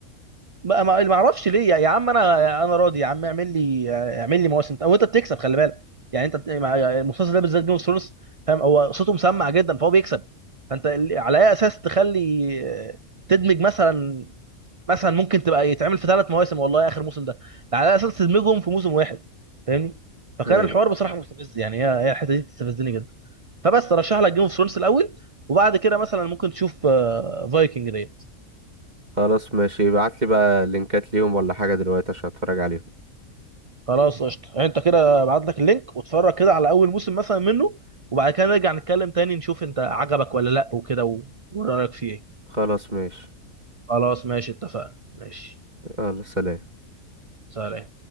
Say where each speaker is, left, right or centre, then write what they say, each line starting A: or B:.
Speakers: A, on the right; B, on the right.
A: ما ما ما اعرفش ليه يا يا عم انا انا راضي يا عم اعمل لي اعمل لي مواسم وانت بتكسب خلي بالك يعني انت بت- مع- المسلسل ده بالذات جيم اوف ثرونز فاهم هو صوته مسمع جدا فهو بيكسب فانت ال- على اي اساس تخلي تدمج مثلا مثلا ممكن تبقى يتعمل في ثلاث مواسم والله اخر موسم ده على اي اساس تدمجهم في موسم واحد فاهمني فكان
B: اي
A: الحوار بصراحه مستفز يعني هي هي الحته دي بتستفزني جدا فبس ترشح لك جيم اوف ثرونز الاول وبعد كده مثلا ممكن تشوف آه، فايكنج ديت
B: خلاص ماشي ابعت لي بقى لينكات ليهم ولا حاجة دلوقتي عشان اتفرج عليهم
A: خلاص قشطه يعني انت كده ابعت لك اللينك واتفرج كده على اول موسم مثلا منه وبعد كده نرجع نتكلم تاني نشوف انت عجبك ولا لا وكده و- ورايك فيه ايه
B: خلاص ماشي
A: خلاص ماشي اتفقنا ماشي
B: يلا سلام
A: سلام